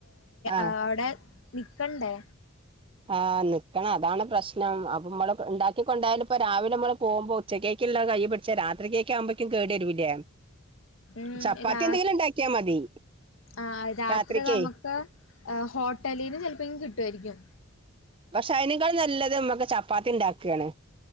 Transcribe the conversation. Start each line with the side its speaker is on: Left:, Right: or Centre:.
Right: ആഹ്
Left: അവിടെ നിക്കണ്ടേ?
Right: ആഹ് നിക്കണം അതാണ് പ്രശ്നം അപ്പൊ നമ്മള് ഇണ്ടാക്കിക്കൊണ്ടായാല് ഇപ്പോ രാവിലെ നമ്മള് പോവുമ്പോ ഉച്ചക്കോക്കുള്ളത് കൈ പിടിച്ചാ രാത്രി കേക്ക് ആകുമ്പഴേക്കും കേട് വരൂലെ.
Left: ഉം
Right: ചപ്പാത്തി
Left: രാ
Right: എന്തെങ്കിലും ഇണ്ടാക്കിയാ മതി.
Left: ആഹ് രാത്രി
Right: രാത്രിക്ക്
Left: നമ്മക്ക് ഹോട്ടലിന്ന് ചെലപ്പോങ്കില് കിട്ടുവായിരിക്കും.
Right: പക്ഷേ അയിനേക്കാളും നല്ലത് നമ്മക്ക് ചപ്പാത്തി ഇണ്ടാക്കാണ്.